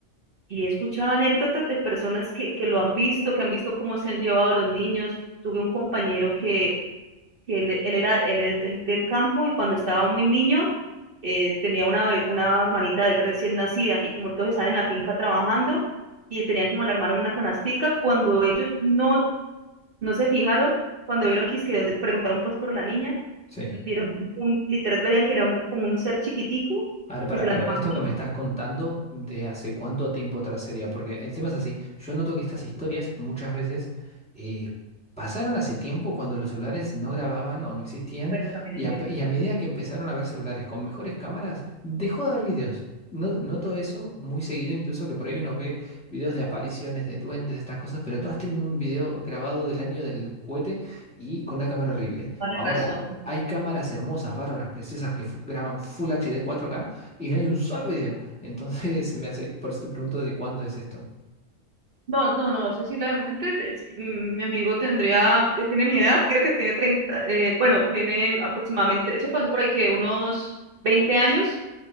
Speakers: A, on the right (about 45°); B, in the centre.
A: Y he escuchado anécdotas de personas que, que lo han visto, que han visto cómo se han llevado los niños. Tuve un compañero que, que él, él era, él es del, del campo y cuando estaba muy niño eh, tenía una, be- una hermanita del recién nacida y como todos están en la finca trabajando y tenían como la hermana en una canastica, cuando ellos no no se fijaron cuando vieron que es que donde preguntaron pues por la niña,
B: Sí.
A: vieron un, literal veían que era un- como un ser chiquitico
B: A ver, para,
A: que se la
B: pero
A: cambió.
B: esto que me estás contando de hace cuánto tiempo atrás sería, porque el tema es así, yo noto que estas historias muchas veces eh, pasaron hace tiempo cuando los celulares no grababan o no existían
A: Bueno, también
B: y
A: entiendo.
B: a, y a medida que empezaron a haber celulares con mejores cámaras, dejó de haber videos. No, noto eso muy seguido, incluso que por ahí uno ve videos de apariciones, de duendes, de estas cosas, pero todas tienen un video grabado del año del cohete y con una cámara horrible.
A: Vale
B: Ahora,
A: razón.
B: hay cámaras hermosas, bárbaras, preciosas que fu- graban Full HD 4K y no hay un solo video. Entonces se me hace, por eso te pregunto de cuándo es esto.
A: No, no, no, Cecilia, realmente eh, sí, mm, mi amigo tendría, eh, tiene mi edad, creo que tiene 30 eh, bueno, tienen aproximadamente, eso pasó por ahí que unos 20 años,